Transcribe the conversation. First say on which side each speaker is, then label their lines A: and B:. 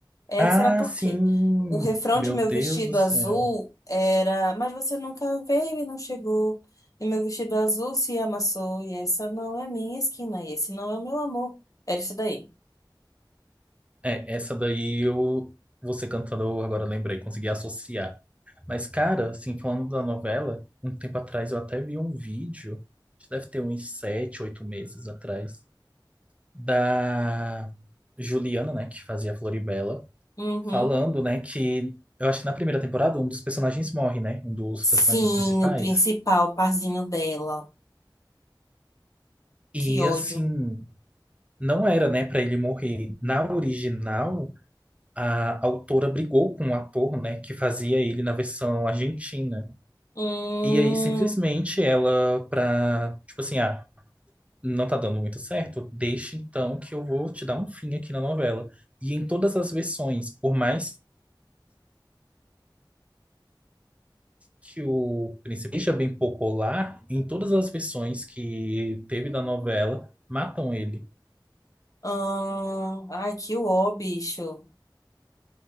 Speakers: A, on the left (about 45°); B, on the right (about 15°).
A: Essa
B: Ah,
A: era porque
B: sim!
A: o refrão
B: Meu
A: de meu
B: Deus
A: vestido
B: do céu.
A: azul era, mas você nunca veio e não chegou. E meu vestido azul se amassou, e essa não é a minha esquina, e esse não é o meu amor. Era isso daí.
B: É, essa daí eu, você cantando, eu agora lembrei, consegui associar. Mas, cara, assim, falando da novela, um tempo atrás eu até vi um vídeo, acho que deve ter uns sete, oito meses atrás, da Juliana, né, que fazia a Floribela,
A: Uhum.
B: falando, né, que eu acho que na primeira temporada um dos personagens morre, né, um dos
A: Sim,
B: personagens principais.
A: o principal parzinho dela.
B: E,
A: Que ódio.
B: assim, não era, né, pra ele morrer. Na original. a autora brigou com o ator, né, que fazia ele na versão argentina.
A: Hum,
B: E aí simplesmente ela pra, tipo assim, ah, não tá dando muito certo, deixa então que eu vou te dar um fim aqui na novela. E em todas as versões, por mais que o príncipe seja bem popular, em todas as versões que teve da novela, matam ele.
A: hum. Ai, que ó, bicho.